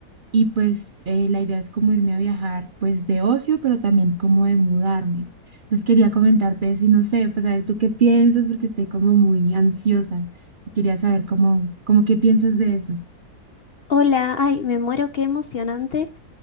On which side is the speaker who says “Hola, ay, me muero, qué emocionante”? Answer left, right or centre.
Left